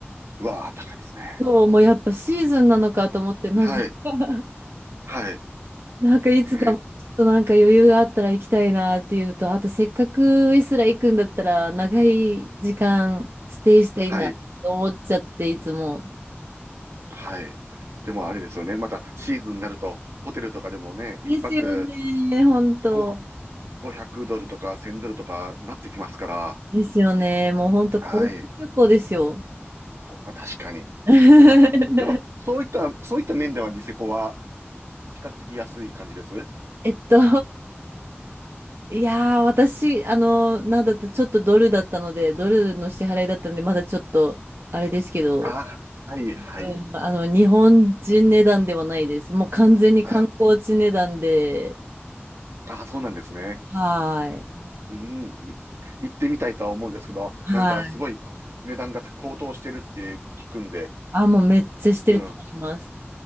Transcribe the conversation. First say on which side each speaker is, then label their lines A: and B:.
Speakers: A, on the right (about 80°); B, on the right (about 60°).
A: うわあ、高いですね。
B: そう、もうやっぱシーズンなのかと思って、なんか
A: はい、
B: <laughs>
A: はい、
B: なんかいつかもうちょっとなんか余裕があったら行きたいなっていうのと、
A: ね、
B: あとせっかくウィスラ行くんだったら、長い時間ステイしたいなって思っちゃって、
A: はい、
B: いつも。
A: はい。でもあれですよね。またシーズンになると、ホテルとかでもね、一泊
B: ですよね、本当。
A: 5、500ドルとか1000ドルとかなってきますから。
B: ですよね。もうほんと高級旅行ですよ。
A: はい。ほあ確かに。
B: <laughs>
A: あ、では、そういった、そういった面ではニセコは比較的安い感じです
B: えっと、いやー、私、あの、なんだってちょっとドルだったので、ドルの支払いだったんで、まだちょっと、あれですけど、
A: ああ、はい、はい。
B: 多分、あの、日本人値段ではないです。もう完全に観光地値段で、
A: ああ、そうなんですね。
B: はーい。
A: うん、い行ってみたいとは思うんですけど、
B: はい。
A: なんかすごい値段が高騰してるって聞くんで、
B: あ、もうめっちゃしてると思います。
A: うん、